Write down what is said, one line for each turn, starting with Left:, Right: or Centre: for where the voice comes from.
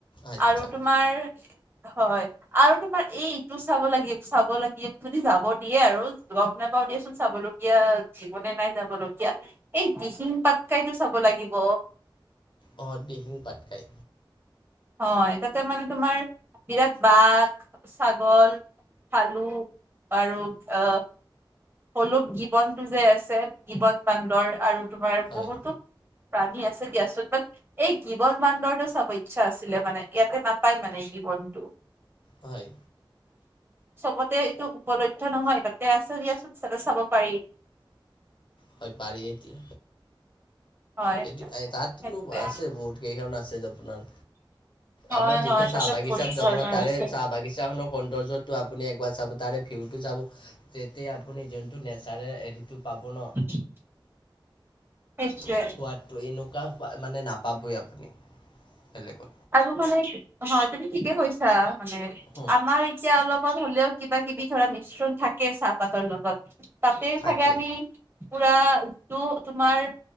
Left: আচ্ছা
Right: আৰু তোমাৰ হয়, আৰু তোমাৰ এইটো চাব লাগিব -চাব লাগিব যদি যাব দিয়ে আৰু পাও দিয়াচোন চাবলগীয়া জীৱনে নাই যাব লগীয়া এই দিহিং পাটকাইতো চাব লাগিব
Left: অহ, দিহিং পাটকাই।
Right: হয়। তাতে মানে তোমাৰ বিৰাট বাঘ, ছাগল খালো আৰু আহ হলোক গীৱনটো যে আছে গীবন বান্দৰ আৰু তোমাৰ
Left: হয়
Right: বহুতো প্ৰাণী আছে দিয়াচোন। এই গীৱন বান্দৰটো চাব ইচ্ছা আছিলে মানে ইয়াতে নাপায় মানে। গীৱনটো
Left: হয়।
Right: চবতে এইটো উপলধ্য নহয়। তাতে আছে দিয়াচোন চালে চাব পাৰি।
Left: হয় পাৰি এতিয়া,
Right: হয়
Left: সেইটোৱে তাতটো
Right: সেইটোৱে
Left: আছে বহুত কেইখন আছ চেছ আপোনাৰ
Right: হয়
Left: আপোনাৰ যেতিয়া
Right: হয় তাতে
Left: চাহ বাগিচাত
Right: বহুত
Left: যাব
Right: ধৰণৰ
Left: ন' তাৰে
Right: আছে
Left: চাহ -বাগিচা খনৰ সৌন্দৰ্যটো আপুনি একবাৰ চাব তাৰে ভিউটো যাব তেতিয়া আপুনি যোনটো নেচাৰেল হেৰিটো পাব ন',
Right: <inaudible> সেইটোৱে
Left: সোৱাদটো এনেকুৱা মানে নাপাবই আপুনি বেলেগত।
Right: আৰু মানে হয় তুমি ঠিকে কৈছা মানে
Left: হুম,
Right: আমাৰ এতিয়া অলপ সুৱাদ হ'লেও কিবা -কিবি ধৰা মিশ্ৰণ থাকে চাহপাতৰ লগত তাতে
Left: থাকে
Right: চাগে আমি পুৰাটো তোমাৰ